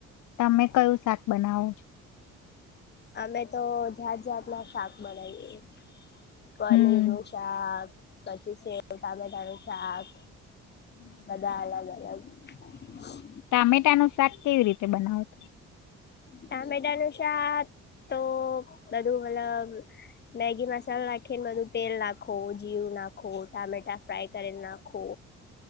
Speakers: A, on the left; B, on the left.
A: તમે કયું શાક બનાવો છો
B: અમે તો જાત જાત ના શાક બનાવીએ પનીર
A: હમ
B: નું શાક, પછી સેવટામેટા નું શાક, બધા અલગ અલગ <unintelligible>
A: ટામેટા નું શાક કેવી રીતે બનાવો?
B: ટામેટા નું શાક તો બધું મતલબ મેગી મસાલો નાખીને, બધું તેલ નાખો જીરું નાખો ટામેટા ફ્રાય કરીને નાખો